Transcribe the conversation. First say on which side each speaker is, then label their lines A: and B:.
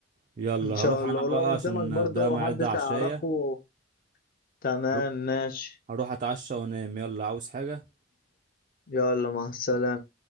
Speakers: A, on the right (about 40°); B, on the left (about 50°).
A: يلا
B: ان شاء
A: هروح
B: الله
A: انا
B: ولو
A: بقى
B: قدامك
A: عشان
B: برضو
A: ده ميعاد
B: حد
A: عشايه
B: تعرفه تمام
A: هروح
B: ماشي
A: هروح اتعشى وانام يلا عاوز حاجه
B: يلا مع السلامة